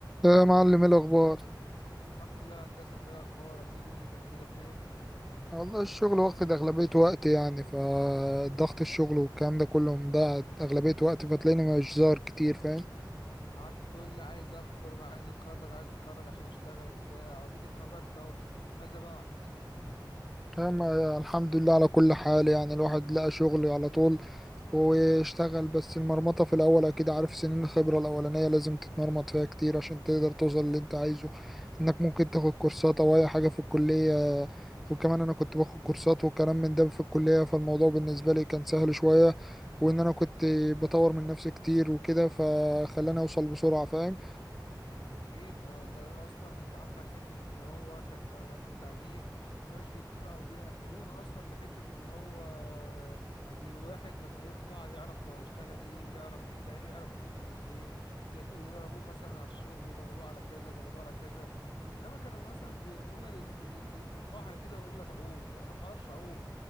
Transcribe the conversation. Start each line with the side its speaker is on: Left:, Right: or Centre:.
Centre: يا معلم ايه الاخبار
Left: الحمد لله يا هندسه انت ايه اخبارك ايه دنيتك كده فينك
Centre: والله الشغل واخد اغلبية وقتي يعني فضغط الشغل والكلام ده كله مضيع اغلبية وقتي فتلاقيني مش ظاهر كتير فاهم
Left: قعدت تقول لي عايز اخرج عايز اتخرج عايز اتخرج عشان اشتغل وبتاع واديك اتخرجت اهو ماذا بعد
Centre: اما الحمد لله على كل حال يعني الواحد لقى شغل على طول واشتغل بس المرمطة في الأول أكيد عارف سنين الخبرة الأولانية لازم تتمرمط فيها كتير عشان تقدر توصل اللي أنت عايزه إنك ممكن تاخد كورسات أو أي حاجة في الكلية وكمان أنا كنت باخد كورسات وكلام من ده في الكلية فالموضوع بالنسبة لي كان سهل شوية وإن أنا كنت بطور من نفسي كتير وكده فخلاني أوصل بسرعة فاهم
Left: اكيد ما هو ده اصلا انت عندك حته ان هو كان لا- في التعليم ما كانوش بيدينه او بيأهلونا اصلا لحته ان هو ان الواحد لما يطلع يعرف هو هيشتغل ايه يعرف ايه اللي هي- يعرف ايده من رجليه يت- يضربوه مثلا على الشغل يضربوه على كذا يضربوه على كذا انما كانوا مثلا بيرمونا لل... لل... في البحر كده يقول لك عوم طب انا ما بعرفش اعوم